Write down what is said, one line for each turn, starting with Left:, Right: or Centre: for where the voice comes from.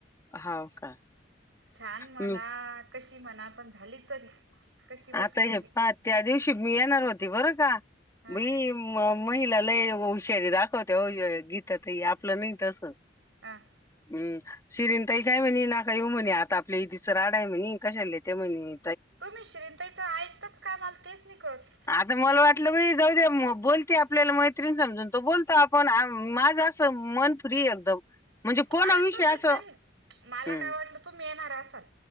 Left: हाव का.
Right: छान म्हणा
Left: हम्म
Right: कशी म्हणा पण झाली तरी. कशी बशी
Left: आता
Right: झाली
Left: हे पा त्या दिवशी मी येणार होती बरं का,
Right: हा
Left: मी म महिला लय हुशारी दाखवत्या, ओय ओ गीता ताई आपलं नाही तसं.
Right: आ.
Left: हम्म. शिरीन ताई काय म्हणी, नका येऊ म्हणी, आता आपल्या इथीचं राड आहे म्हणी, अन कशाला येत्या म्हणी.
Right: तुम्ही शिरीन ताईच ऐकताच का? मला तेच नाही कळत.
Left: आता मला वाटलं बाई जाऊ दे, मो बोलती आपल्याला मैत्रीण समजून तो बोलतो आपण, आम माझं अस असं मन फ्री एकदम म्हणजे कोणा
Right: अरे
Left: विषयी
Right: तुम्ही
Left: असं
Right: त्यां
Left: हम्म.
Right: मला काय वाटलं तुम्ही येणार असाल,